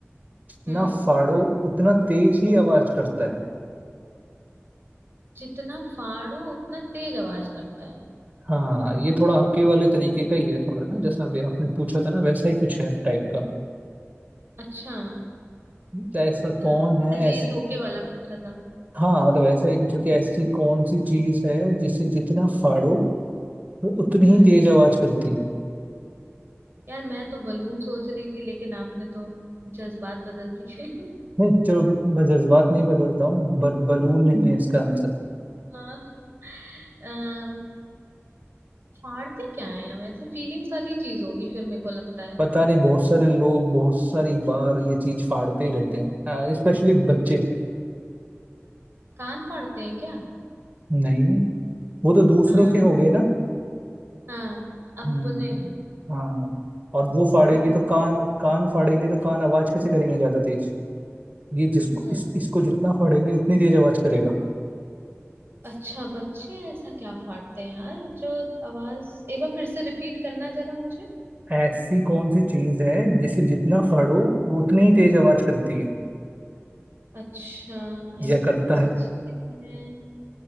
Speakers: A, on the right; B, on the right.
A: जितना
B: हम्म
A: फाड़ो उतना तेज ही आवाज करता है
B: जितना फाड़ो उतना तेज आवाज करता है
A: हाँ ये थोड़ा आपके वाले तरीके का ही है थोड़ा ना जैसा अभी आपने पूछा था ना वैसा ही कुछ है टाइप का
B: अच्छा
A: तो ऐसा
B: अ,
A: कौन है
B: ऐसे
A: ऐस...
B: ये धोखे वाला पूछा था
A: हाँ मतलब ऐसा ही कुछ है कि ऐसी कौन सी चीज है जिसे जितना फाड़ो वो उतनी
B: हम्म
A: ही तेज आवाज करती है
B: यार मैं तो बलून सोच रही थी लेकिन आपने तो जज्बात बदल दिए <laughs>
A: नहीं चलो मैं जज्बात नहीं बदलता हूँ बट बलून नहीं है इसका आंसर
B: हाँ अम, फाड़ते क्या है हम ऐसे फीलिंग्स वाली चीज होगी फिर मेरे को लगता है
A: पता नहीं बहुत सारे लोग बहुत सारी बार ये चीज फाड़ते ही रहते हैं स्पेशली बच्चे
B: कान फाड़ते हैं क्या
A: नहीं वो तो दूसरों
B: अ,
A: के हो गए ना
B: हाँ अपने
A: हम्म हाँ और वो फाड़ेंगे
B: फाड़ते
A: तो कान
B: हैं
A: कान फाड़ेंगे तो कान आवाज कैसे करेंगे ज्यादा तेज ये जिसको
B: हम्म
A: इस, इसको जितना फाड़ेंगे उतनी तेज आवाज करेगा
B: अच्छा बच्चे ऐसा क्या फाड़ते हैं यार जो आवाज एक बार फिर से रिपीट करना जरा मुझे
A: ऐसी कौन सी चीज है जिसे जितना फाड़ो वो उतनी ही तेज आवाज करती है
B: अच्छा
A: या
B: ऐसी
A: करता
B: कौन सी
A: है
B: चीज है